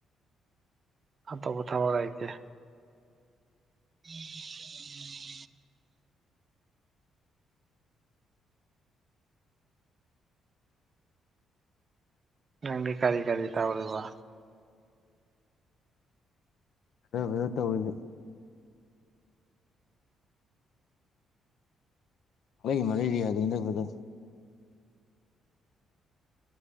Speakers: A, on the right; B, on the left.
A: ꯑꯇꯣꯞꯄ ꯊꯕꯛ ꯂꯩꯇꯦ <inaudible> ꯅꯪꯗꯤ ꯀꯔꯤ ꯀꯔꯤ ꯇꯧꯔꯤꯕ
B: ꯀꯔꯝ ꯀꯔꯝ ꯇꯧꯔꯤꯒꯦ ꯍꯒꯤ ꯃꯂꯦꯔꯤꯌꯥ ꯑꯗꯨ ꯐꯗ